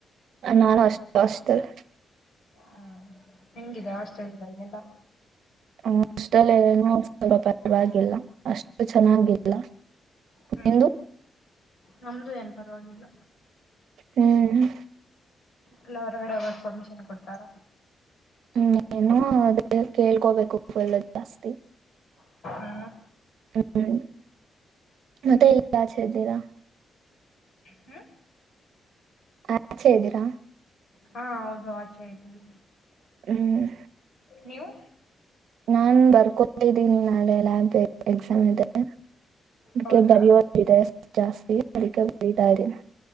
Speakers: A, on the right (about 75°); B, on the left (about 50°).
A: ನಾನು ಅಷ್ಟ ಹಾಸ್ಟೆಲ್.
B: ಹ್ಮ ಹೆಂಗಿದೆ ಹಾಷ್ಟೆಲ್ ಅಲೆಲ್ಲಾ,
A: <unintelligible> ಹ ಹಾಸ್ಟೆಲ್ ಪರವಾಗಿಲ್ಲ ಅಷ್ಟು ಚೆನ್ನಾಗಿಲ್ಲ
B: ಹ್ಮ್
A: ನಿಮದ್ದು.
B: ನಮ್ದು ಏನ್ ಪರವಾಗಿಲ್ಲ.
A: ಹ್ಮ್.
B: ಎಲ್ಲ ಹೊರಗಡೆ ಹೋಗಕ ಪರ್ಮಿಷನ್ ಕೊಡತ್ರ್
A: ಹ್ಮ್ ಏನು ಅದೇ ಕೇಳ್ಕೋಬೇಕು ಫುಲ್ ಜಾಸ್ತಿ.
B: ಹ್ಮ್
A: ಹ್ಮ್ ಮತ್ತೆ ಈಗ ಆಚೆ ಇದ್ದೀರಾ,
B: ಹ್ಮ್
A: ಆ ಆಚೆ ಇದ್ದೀರಾ,
B: ಹಾ ಹೌದು ಆಚೆ ಇದ್ವಿ.
A: ಹ್ಮ್.
B: ನೀವು,
A: ನಾನ್ ಬರ್ಕೊತಿದ್ದೀನಿ ನಾಳೆ ಲ್ಯಾಬ್ದು ಎಕ್ಸಾಮ್ ಇದೆ ಅದ್ಕೆ
B: ಹೌದಾ
A: ಬರಿಹೋ ಇದೆ ಜಾಸ್ತಿ ಅದ್ಕೆ ಬರೀತಾ ಇಧಿನಿ.